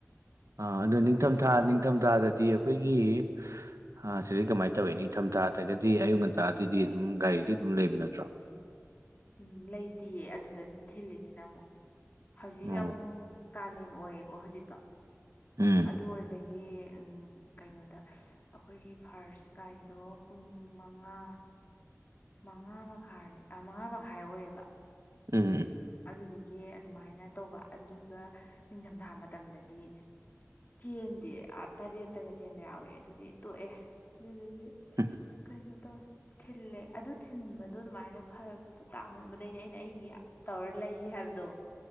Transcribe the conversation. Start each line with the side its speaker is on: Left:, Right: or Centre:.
Right: ꯑꯥ ꯑꯗꯣ ꯅꯤꯡꯊꯝꯊꯥ ꯅꯤꯡꯊꯝꯊꯥꯗꯗꯤ ꯑꯩꯈꯣꯏꯒꯤ <unintelligible> ꯁꯤꯁꯗꯔ ꯀꯃꯥꯏꯅ ꯇꯧꯋꯤ ꯅꯤꯡꯊꯝꯊꯥ ꯗꯒꯗꯤ ꯑꯌꯨꯛ ꯉꯟꯇꯥꯗꯗꯤ ꯑꯗꯨꯝ ꯒꯥꯔꯤꯗꯤ ꯑꯗꯨꯝ ꯂꯩꯕ ꯅꯠꯇ꯭ꯔꯣ
Left: ꯎꯝ ꯂꯩꯇꯤꯌꯦ ꯑꯗꯨꯗꯅ‌ꯦ ꯊꯤꯜꯂꯤꯖꯤꯅ ꯑꯃꯨꯛ ꯍꯧꯖꯤꯛ
Right: ꯑꯣ
Left: ꯑꯃꯨꯛ ꯀꯥꯂꯦꯟ ꯑꯣꯏꯌꯦꯀꯣ ꯍꯧꯖꯤꯛꯇꯣ
Right: ꯎꯝ
Left: ꯑꯗꯨ ꯑꯣꯏꯕꯒꯤ ꯌꯦ ꯎꯝ ꯀꯩꯅꯣꯗ ꯑꯩꯈꯣꯏꯒꯤ ꯐꯥꯔꯁ ꯒꯥꯔꯤꯗꯣ ꯄꯨꯡ ꯃꯉꯥ ꯃꯉꯥ ꯃꯈꯥꯏ ꯑꯥ ꯃꯉꯥ ꯃꯈꯥꯏ ꯑꯣꯏꯌꯦꯕ
Right: ꯎꯝ
Left: ꯑꯗꯨꯗꯨꯒꯤ ꯑꯗꯨꯃꯥꯏꯅ ꯇꯧꯕ ꯑꯗꯨꯒ ꯅꯤꯡꯊꯝꯊꯥ ꯃꯇꯝꯗꯗꯤ ꯆꯦꯟꯗꯦ ꯑꯥ ꯇꯔꯦꯠꯇꯒ ꯆꯦꯟꯕ ꯌꯥꯎꯋꯦ ꯑꯗꯨꯗꯤ ꯇꯣꯛꯑꯦ <unintelligible> ꯒꯤ
Right: ꯎꯝ
Left: ꯀꯩꯅꯣ ꯇꯧꯋꯦ ꯊꯤꯜꯂꯦ ꯑꯗꯨ ꯊꯤꯟꯕꯗꯣ ꯑꯗꯨꯃꯥꯏꯅ ꯐꯔꯛꯇꯨ ꯇꯥꯃꯟꯕꯗꯩꯅꯦ ꯑꯩꯅ ꯑꯩꯒꯤ ꯇꯧꯔ ꯂꯩ ꯍꯥꯏꯕꯗꯣ